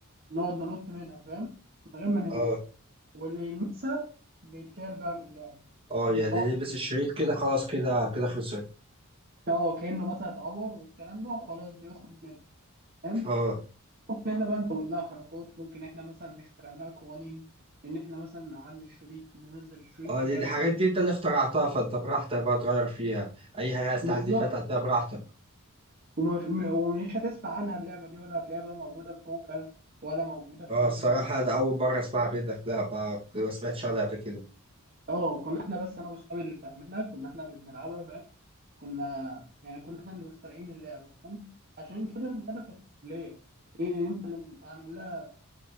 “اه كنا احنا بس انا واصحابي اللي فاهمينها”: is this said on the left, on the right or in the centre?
Right